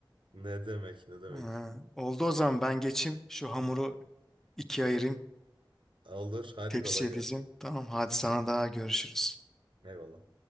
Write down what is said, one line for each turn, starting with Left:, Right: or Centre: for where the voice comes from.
Right: Ne demek ne demek.
Centre: Ha, oldu o zaman ben geçeyim şu hamuru ikiye ayırayım
Right: Olur. Haydi
Centre: tepsiye
Right: kolay gelsin.
Centre: dizeyim. Tamam hadi sana daha görüşürüz.
Right: Eyvallah.